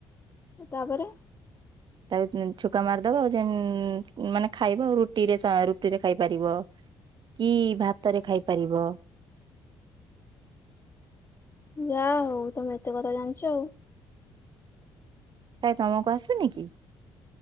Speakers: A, on the left; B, on the right.
A: ତାପରେ
B: <inaudible> ଛୁକ ମାରିଦବା ଆଉ ଯେନ ମାନେ ଖାଇବ ଆଉ ରୁଟିରେ ରୁଟିରେ ଖାଇପାରିବ। କି ଭାତରେ ଖାଇପାରିବ।
A: ଯା ହଉ ତମେ ଏତେ କଥା ଜାଣିଛ ଆଉ।
B: କାଇ ତମକୁ ଆସୁନି କି?